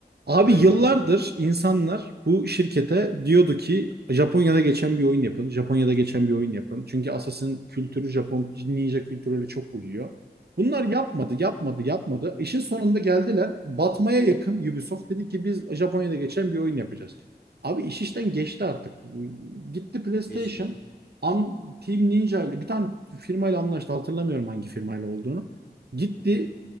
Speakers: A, on the right; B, on the left.
A: Abi
B: Kore
A: yıllardır
B: miydi?
A: insanlar bu şirkete diyordu ki Japonya'da geçen bir oyun yapın. Japonya'da geçen bir oyun yapın. Çünkü Assassin kültürü Japon ninja kültürüyle çok uyuyor. Bunlar yapmadı, yapmadı, yapmadı. İşin sonunda geldiler. Batmaya yakın Ubisoft dedi ki biz Japonya'da geçen bir oyun yapacağız. Abi iş işten geçti artık. Gitti PlayStation.
B: Geçti.
A: An, Team Ninja ile bir tane firmayla anlaştı. Hatırlamıyorum hangi firmayla olduğunu. Gitti
B: Hı hı.